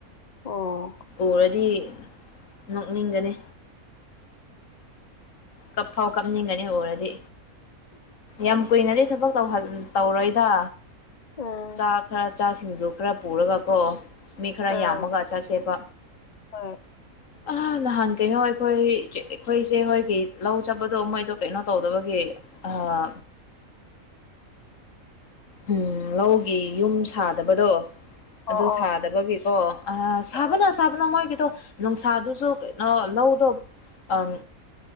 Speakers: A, on the left (about 40°); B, on the left (about 60°).
A: ꯑꯣ
B: ꯎꯔ ꯎꯔꯥꯗꯤ ꯅꯣꯛꯅꯤꯡꯒꯅꯤ ꯀꯞꯐꯥꯎ ꯀꯞꯅꯤꯡꯒꯅꯤ ꯑꯣꯏꯔꯗꯤ ꯌꯥꯝ ꯀꯨꯏꯅꯗꯤ ꯊꯕꯛ ꯇꯧꯍꯜ ꯇꯧꯔꯣꯏꯗ
A: ꯎꯝ
B: ꯆꯥ ꯈꯔ ꯆꯥꯁꯤꯡꯖ ꯈꯔ ꯄꯨꯔꯒ ꯀꯣ ꯃꯤ ꯈꯔ
A: ꯑꯥ
B: ꯌꯥꯝꯃꯒ ꯑꯆꯥꯥꯁꯦꯠꯄ
A: ꯍꯣꯏ
B: ꯑ ꯅꯍꯥꯟ ꯀꯩꯅꯣ ꯑꯩꯈꯣꯏ ꯑꯩꯈꯣꯏꯁꯦ ꯍꯣꯏꯒꯤ ꯂꯧ ꯆꯠꯄꯗꯣ ꯃꯣꯏꯗꯣ ꯀꯩꯅꯣ ꯇꯧꯗꯕꯒꯤ ꯑꯥ ꯎꯝ ꯂꯧꯒꯤ ꯌꯨꯝ ꯁꯥꯗꯕꯗꯣ
A: ꯑꯣ
B: ꯑꯗꯨ
A: ꯑꯣ
B: ꯁꯥꯗꯕꯒꯤꯀꯣ ꯑ ꯁꯥꯕꯅ
A: ꯑꯥ
B: ꯁꯥꯕꯅ ꯃꯣꯏꯒꯤꯗꯣ ꯅꯨꯡꯁꯥꯗꯨꯁꯨ ꯀꯩꯅꯣ ꯂꯧꯗꯣ ꯑꯪ